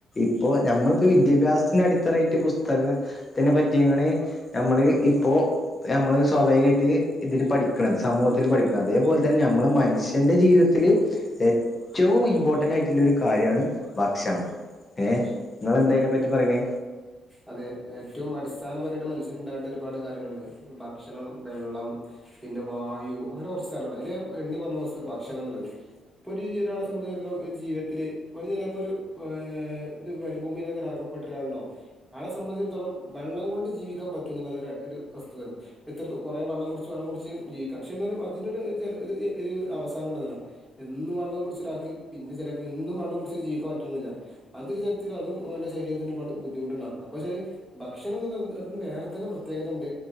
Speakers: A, on the left; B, in the centre.
A: ഇപ്പൊ ഞമ്മളിപ്പോവിദ്യാഭ്യാസത്തിന് അടിത്തറായിട്ട് പുസ്തക ത്തിനെപറ്റിയാണ് ഞമ്മള് ഇപ്പോ ഞമ്മള് സ്വാഭാവികമായിട്ട് ഇതിൽ പഠിക്കുന്നത് സമൂഹത്തിൽ പഠിക്കണം അതേപോലെ തന്നെ ഞമ്മൾമനുഷ്യ എന്റെ ജീവിതത്തില്ഏറ്റവും ഇമ്പോർട്ടെന്റ് ആയിട്ടുള്ളഒരു കാര്യമാണ്ഭക്ഷണം. ഏഹ് ഇങ്ങളെന്താഅയ്നെ പറ്റി പറയ്ണേ?
B: അതെഏറ്റവും അടിസ്ഥാനപരയ്ട്ട് മനുഷ്യന് ഉണ്ടാ വേണ്ടെ ഒരുപാട് കാര്യങ്ങള്ണ്ട് ഭക്ഷണം, വെള്ളം പിന്നെവായു അങ്ങനെ കൊർ ച്ച് സ്ഥനാണ് അയ്ല് എണ്ണിപറഞ്ഞസ് ഭക്ഷണംഎന്നുള്ളത് ഇപ്പൊ ഒരു ഒരാളെ സംബന്ധിച്ചി ജീവിതത്തില് ഓന് ചെലേപ്പൊര് ഏഹ് ഇത് മരു ഭൂമിയിലൊക്കെ അ ഗപ്പെട്ടരാള്ണ്ടാവും. ആയാളെ സംബന്ധിച്ചിടത്തോളം വള്ളം കൊണ്ട് ജീവിക്കാൻപറ്റും എന്നുള്ളത്ഒര് വസ്തുതെണ്. എത്ര ദു കുറെ വെള്ളം കുടിച്ച് വെള്ളം കുടിച്ച് ജീവിക്കാം പക്ഷെ എന്നാലും അതിനൊരു ഒരു അവസാനം ഉണ്ടെന്നുള്ളതാണ്. എന്നും വെള്ളം കുടിച്ച ഒരാൾക്ക് പിന്നെ ചെലപ്പോ എന്നും വെള്ളം കുടിച്ച് ജീവിക്കാൻ പറ്റുന്നില്ല അതൊര് തരത്തിലും അതും അവന്റെ ശരീത്തിന് ഒരുപാട് ബുദ്ധിമുട്ടണ്ടാവും അപ്പോ ശരി ഭക്ഷണം എന്നുള്ള അ അതിന് വേറെ തന്നെ പ്രത്യേകത ഉണ്ട്